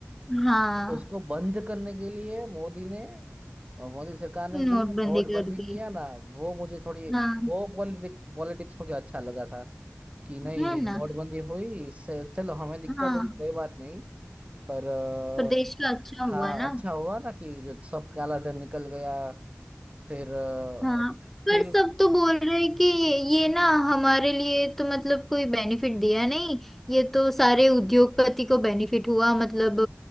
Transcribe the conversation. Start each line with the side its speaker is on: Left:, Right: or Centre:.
Centre: हाँ
Right: तो उसको बंद करने के लिए मोदी ने और मोदी सरकार ने जो
Centre: नोटबंदी
Right: नोटबंदी
Centre: कर दी
Right: किया ना वो मुझे थोड़ी
Centre: हाँ
Right: वो पॉलिटिक पॉलिटिक्स मुझे अच्छा लगा था कि नहीं
Centre: है ना
Right: नोटबंदी हुई इससे चलो हमें दिक्कत
Centre: हाँ
Right: हुई कोई बात नहीं पर अ,
Centre: प्रदेश का अच्छा हुआ
Right: हाँ
Centre: ना
Right: अच्छा हुआ ना कि सब काला धन निकल गया फिर अ,
Centre: हाँ
Right: फिर
Centre: पर सब तो बोल रहे हैं कि ये ना हमारे लिए तो मतलब कोई बेनिफिट दिया नहीं ये तो सारे उद्योगपति को बेनिफिट हुआ मतलब